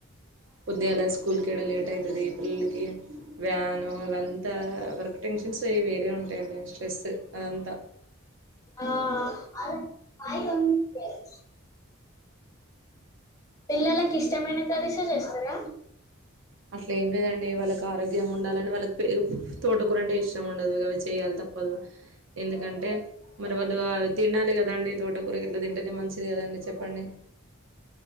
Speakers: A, on the right (about 60°); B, on the left (about 15°).
A: పొద్దుగాల స్కూల్ కి ఇక్కడ లేట్ అయితాది. పిల్లలకి అని వ్యాను ఇవంతా వర్కు టెన్షన్స్ అవి వేరే ఉంటాయండి. స్ట్రెస్ అదా అంత
B: ఆ ఆహా <unintelligible> పిల్లలకి ఇష్టమైన కర్రీసే చేస్తారా
A: అట్లా ఏం లేదండి. వాళ్ళకి ఆరోగ్యంగా ఉండాలని వాళ్ళకి పేర్ తోటకూర అంటే ఇష్టం ఉండదు. అవి చేయ్యాలి తప్పదు. ఎందుకంటే మరి వాళ్ళు అవి తినాలి కదండి. తోటకూర గిట్లా తింటేనే మంచిదే కదండి. చెప్పండి.